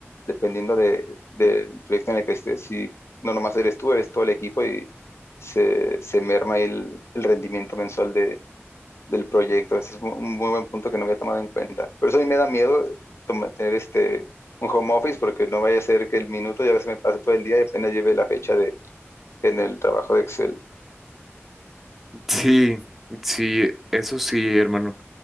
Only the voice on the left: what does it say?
dependiendo de, del proyecto en el que estés, si no nomás eres tú, eres todo el equipo y se, se merma ahí el, el rendimiento mensual de, del proyecto. Ese es un un muy buen punto que no había tomado en cuenta. Por eso a mí me da miedo toma- tener este, un home office, porque no vaya a ser que el minuto ya se me pase todo el día y apenas lleve la fecha de, en el trabajo de Excel.